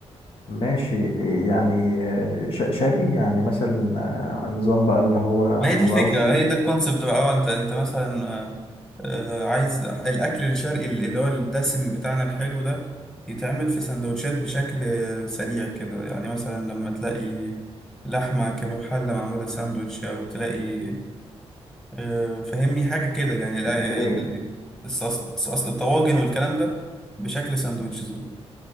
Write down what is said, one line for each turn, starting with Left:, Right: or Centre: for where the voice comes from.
Left: ماشي يعني آه، ش- شرقي يعني مثلا آه، نظام بقى اللي هو
Centre: ما
Left: حواوشي
Centre: هي دي الفكرة هي ده الكونسبت بقى اه انت انت مثلا آه، آه، عايز الأكل الشرقي اللي هو الدسم بتاعنا الحلو ده يتعمل في سندوتشات بشكل آه، سريع كده يعني مثلا لما تلاقي لحمة كباب حلة معمولة ساندوتش أو تلاقي آه، فهمني حاجة كده يعني ال-
Left: اوكي
Centre: ال- ال- الصص- الصص- الطواجن والكلام ده بشكل ساندوتشز بقى